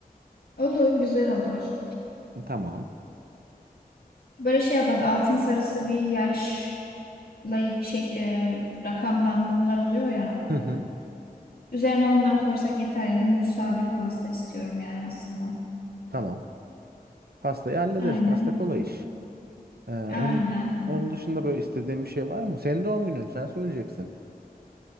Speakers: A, on the left; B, on the right.
A: Olur, güzel olur.
B: Tamam.
A: Böyle şey yaparız. Altın sarısı bir yaşla şey e, rakamdan mumlar oluyor ya.
B: Hı hı.
A: Üzerine ondan koysak yeter ya. Dümdüz sade bir pasta istiyorum yani aslında.
B: Tamam. Pastayı hallederiz.
A: Aynen.
B: Pasta kolay iş. Ee, onun
A: Aynen.
B: onun dışında böyle istediğin bir şey var mı? Senin doğum günün, sen söyleyeceksin.